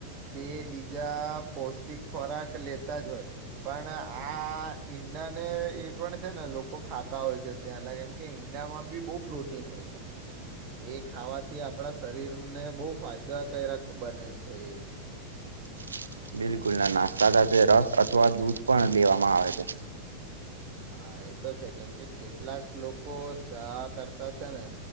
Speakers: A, on the right; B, on the right.
A: તે બીજા પૌષ્ટિક ખોરાક લેતા જ હોય. પણ આ ઇન ઈંડા ને એ પણ છે ને લોકો ખાતા હોય છે, ત્યાંના કેમ કે ઇન ઈંડામાંબી બહુ પ્રોટીન હોય છે. એ ખાવાથી આપણા શરીરને બહુ ફાયદાકારક બને છે એ.
B: <inaudible> બિલકુલ ના નાસ્તા સાથે રસ અથવા દૂધ પણ લેવામાં આવે છે.
A: હા, એ તો છે. કેમ કે કેટલાક લોકો ચા કરતા છે ને